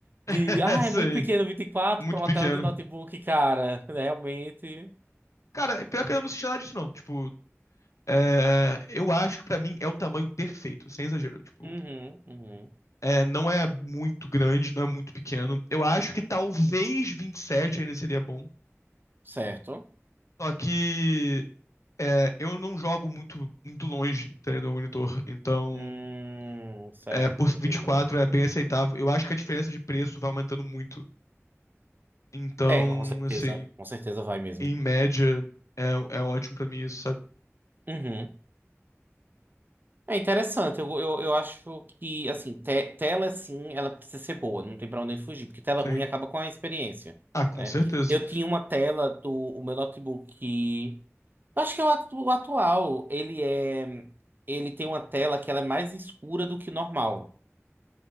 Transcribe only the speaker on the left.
<laughs>
Sei.
Muito
pequeno.
Cara, é pior que eu não senti nada disso, não. Tipo, é, eu acho que pra mim é o tamanho perfeito, sem exagero. Tipo,
É, não é muito grande, não é muito pequeno. Eu acho que talvez 27 ainda seria bom.
Só que é, eu não jogo muito, muito longe, entendeu, do meu monitor. Então,
é, por
24 é bem aceitável. Eu acho que a diferença de preço vai aumentando muito. Então,
assim,
em média, é, é ótimo pra mim isso, sabe?
Sim.
Ah, com
certeza.